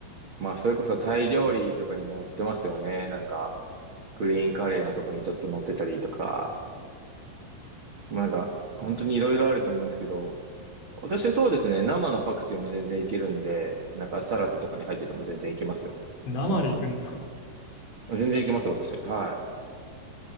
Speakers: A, on the right; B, on the left.
A: まあそれこそタイ料理とかにも載ってますよね。なんか、グリーンカレーのとこにちょっと載ってたりとか、まあなんか、本当にいろいろあると思うんですけど、私そうですね、生のパクチーも全然いけるんで、なんかサラダとかに入ってても全然いけますよ。
B: 生で行くんですか
A: 全然いけます、私。はい。